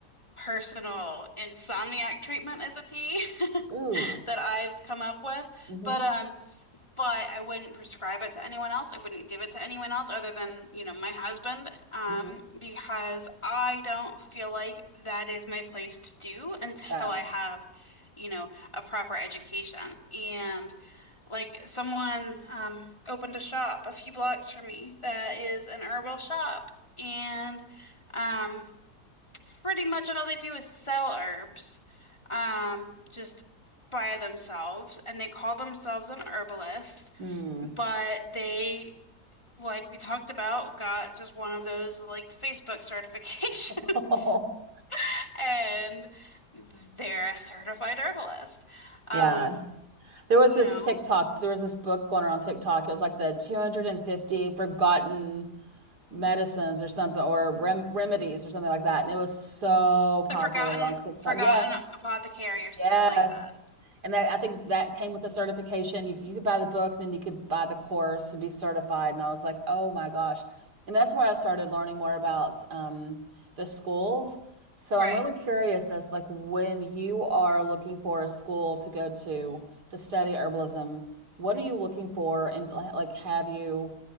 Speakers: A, on the left (about 15°); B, on the right (about 75°).
A: personal insomniac treatment is a tea <laughs>
B: Ooh.
A: that I've come up with.
B: Mm-hmm.
A: But um, but I wouldn't prescribe it to anyone else. I wouldn't give it to anyone else other than, you know, my husband, um,
B: Mm-hmm.
A: because I don't feel like that is my place to do until
B: Yeah.
A: I have, you know, a proper education. And like someone um, opened a shop a few blocks from me that is an herbal shop, and um, pretty much all they do is sell herbs, um, just by themselves, and they call themselves an herbalist.
B: Hmm.
A: But they, like we talked about, got just one of those like Facebook certifications
B: <laughs>
A: <laughs> and they're a certified herbalist. Um,
B: Yeah. There was
A: you
B: this
A: know,
B: TikTok, there was this book going around TikTok. It was like the 250 forgotten medicines or something or rem remedies or something like that. And it was so popular
A: the forgotten
B: on TikTok.
A: forgotten
B: Yes.
A: apothecary or something
B: Yes.
A: like that.
B: And that I think that came with a certification. You, you could buy the book, then you could buy the course and be certified. And I was like, oh my gosh. And that's where I started learning more about um, the schools. So
A: Right.
B: I'm really curious as like when you are looking for a school to go to
A: Mhm.
B: to study herbalism, what are you looking for? And like, have you